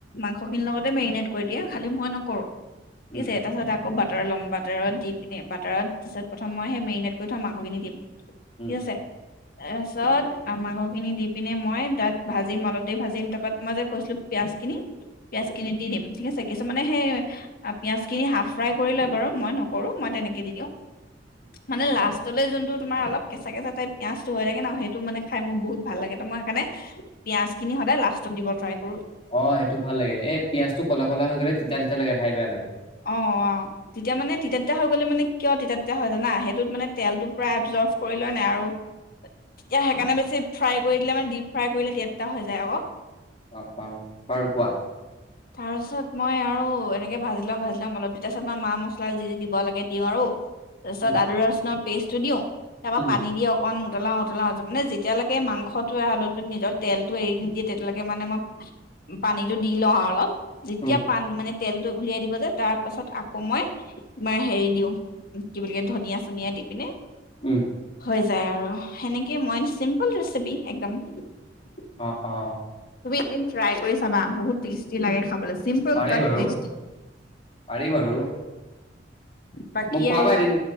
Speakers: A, on the left (about 55°); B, on the left (about 30°).
A: মাংস খিনিৰ লগতে মেৰিনেট কৰি দিয়ে খালি মই নকৰো
B: উম
A: পিছে এদখত আক আকৌ বাটাৰ ল'ম বাটাৰত দি পিনে বাটাৰত তাৰছত প্ৰথম মই সেই মেৰিনেট কৰি থোৱা মাংসখিনি দিম
B: উম
A: ঠিক আছে তাৰপাছত মাংসখিনি দি পিনে মই তাত ভাজিম অলপ দে ভাজিম তাৰপা মই যে কৈছিলো পিয়াজখিনি পিয়াঁজ খিনি দি দিম ঠিক আছে কিছু মানে সেই পিঁয়াজখিনি হাফ ফ্ৰাই কৰি লয় বাৰু মই নকৰোঁ মই তেনেকে দি দিওঁ
B: উম
A: মানে লাষ্টলৈ যোনটো তোমাৰ অলপ কেঁচা কেঁচা টাইপ পিঁয়াজটো হৈ থাকে ন সেইটো মানে খাই মোৰ বহুত ভাল লাগে তো মই সেইকাৰণে পিয়াজখিনি সদায় লাষ্টত দিব ত
B: অঁ সেইটো ভাল লাগে এই পিয়াঁজ টো কলা কলা হৈ গ'লে তিতা তিতা লাগে খাই বেয়া লাগে
A: অঁ অঁ তেতিয়া মানে তিতা তিতা হৈ গ'লে মানে কিয় তিতা তিতা হৈ যানা সেইটোত মানে তেলটো পূৰা এবজৰ্ভ কৰি লয় নাই আৰু তেতিয়া সেইকাৰণে বেছি ফ্ৰাই কৰি দিলে মানে ডিপ ফ্ৰাই কৰিলে তিতা তিতা হৈ যায় আকৌ
B: অঁ অঁ বাৰু কোৱা
A: তাৰপাছত মই আৰু এনেকে ভাজি লম ভাজি লম অলপ দি তাৰ পিছত মই মা মছলা যি দিব লাগে দিওঁ আৰু তাৰপিছত
B: উম
A: আদা ৰচুণৰ পেষ্টটো দিওঁ তাৰপৰা
B: উম
A: পানী দি অকণ উতলাও উতলাও মানে যেতিয়ালৈকে মাংসটো আৰু আলুটোত নিজৰ তেলটো এৰি নিদিয়ে তেতিয়ালৈকে মানে মই পানীটো দি লওঁ অলপ যেতিয়া
B: উম
A: প মানে তেলটো উলিয়াই দিব যে তাৰ পাছত আকৌ মই ইমাৰ হেৰি দিওঁ কি বুলি ক ধনিয়া চনিয়া দি পিনে
B: উম
A: হৈ যায় আৰু সেনেকেই মই চিম্পুল ৰেচিপি একদম তুমি
B: অ অ
A: এদিন ট্ৰাই কৰি চাবা বহুত টেষ্ট লাগে খাবলৈ চিম্পল
B: পাৰি
A: বাত
B: বাৰু
A: টেষ্টি
B: পাৰি বাৰু
A: বাকী
B: মোক খোৱাবা
A: আৰু
B: এদিন